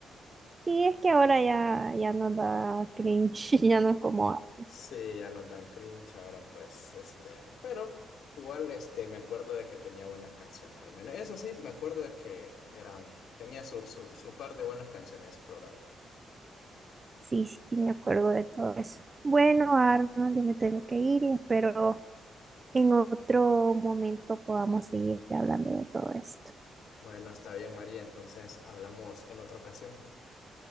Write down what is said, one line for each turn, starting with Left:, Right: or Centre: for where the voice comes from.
Right: Sí, es que ahora ya, ya no da cringe, <laughs> ya no es como, ah,
Left: Sí, ya no tan cringe ahora, pues, este, pero igual, este, me acuerdo de que tenía buenas canciones, al menos. Eso sí, me acuerdo de que eran, tenía su, su, su par de buenas canciones esos programas.
Right: sí, sí, me acuerdo de todo eso. Bueno, Arnold, yo me tengo que ir y espero en otro momento podamos seguir hablando de todo esto.
Left: Bueno, está bien, María, entonces hablamos en otra ocasión.